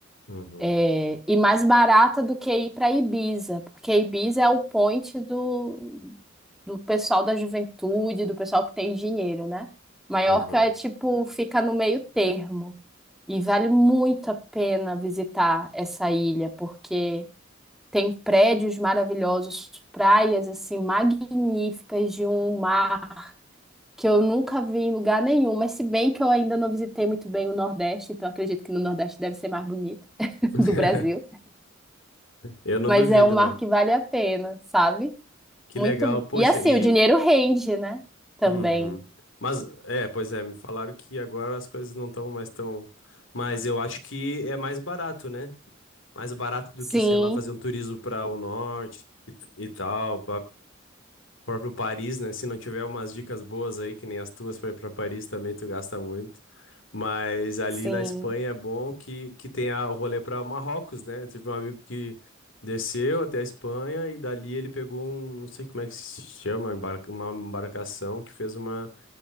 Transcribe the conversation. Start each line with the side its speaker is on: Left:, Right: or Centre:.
Left: Uhum,
Centre: É, e mais barata do que ir para Ibiza, porque Ibiza é o point do, do pessoal da juventude, do pessoal que tem dinheiro, né? Maiorca
Left: uhum.
Centre: é tipo, fica no meio termo. E vale muito a pena visitar essa ilha, porque tem prédios maravilhosos, praias assim magníficas de um mar que eu nunca vi em lugar nenhum, mas se bem que eu ainda não visitei muito bem o Nordeste, então acredito que no Nordeste deve ser mais bonito <laughs>
Left: <laughs>
Centre: do Brasil.
Left: Eu não
Centre: Mas
Left: duvido,
Centre: é um mar
Left: não.
Centre: que vale a pena, sabe?
Left: Que
Centre: Muito.
Left: legal, poxa,
Centre: E assim,
Left: e.
Centre: o dinheiro rende, né? Também.
Left: Uhum. Mas, é, pois é, me falaram que agora as coisas não estão mais tão. Mas eu acho que é mais barato, né? Mais barato do
Centre: Sim,
Left: que, sei lá, fazer um turismo para o norte e, e tal, próprio Paris, né? Se não tiver umas dicas boas aí, que nem as tuas para ir para Paris também, tu gasta muito. Mas ali
Centre: sim.
Left: na Espanha é bom que, que tem a- o rolê para Marrocos, né? Eu tive um amigo que desceu até a Espanha e dali ele pegou um, não sei como é que se chama, embarca- uma embarcação que fez uma.